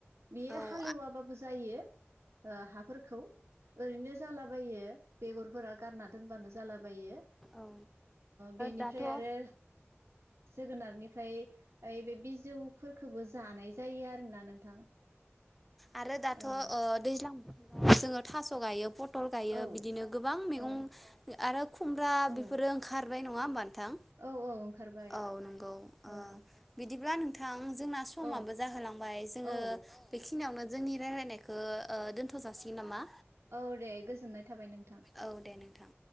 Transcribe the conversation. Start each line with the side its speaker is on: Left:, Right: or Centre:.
Right: बियो
Centre: औ
Right: हालौवाबाबो
Centre: नंगौ
Right: जायो हाफोरखौ ओरैनो जालाबायो बेगरफोरा गारना दोनबानो जालाबायो।
Centre: ओ
Right: बेनिफ्राय
Centre: दाथ' औ
Right: आरो जोगोनारनिफ्राय हाइ बे बिजौफोरखौबो जानाय जायो आरोना नोंथां
Centre: आरो दाथ'
Right: औ।
Centre: ओ दैज्लां जोङो थास' गायो फटल गायो
Right: औ
Centre: बिदिनो गोबां मैगं
Right: औ
Centre: आरो। बा
Right: औ
Centre: बेफोरो ओंखार नङा होमबा। नोंथां
Right: औ औ ओंखारबाय
Centre: औ नंगौ ओ
Right: औ।
Centre: बिदिब्ला नोंथां। जोंना समाबो
Right: औ
Centre: जाहोलांबाय जोङो
Right: औ
Centre: बेखिनियावनो जोंनि राय्लायनायखौ दोन्थ' जासिगोन नामा।
Right: औ दे गोजोननाय थाबाय नोंथां
Centre: औ दे नोंथां।